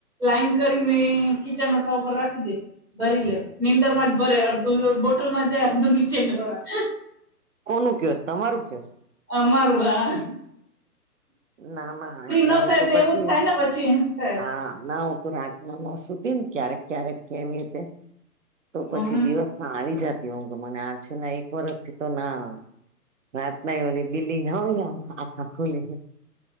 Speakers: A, in the centre; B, on the right.
A: લાઈન કરીને કીચનઠા ઉપર રાખી દે. ભરી લે નીંદર માં જ ભરે અડધું બોટલ માં જાય અડધું નીચે ઢોળાય.
B: કોનું ક્યો તમારું કયો?
A: અમારું આ.
B: ના ના એટલે
A: ન
B: હું
A: થાય
B: તો પછી,
A: એવું જ થાય ને પછી થાય
B: હા ના હું તો રાખ નામ સુતિ ક્યારેક ક્ય્યારેક કેમ રીતે. તો પછી
A: હમ
B: દિવસમાં આવી જતી ઊંઘ મને આ છેલ્લા એક વરષથી તો ના આવે. રાત નહી ઓલી બિલ્ડીંગ ના હોય આખા ખુલી.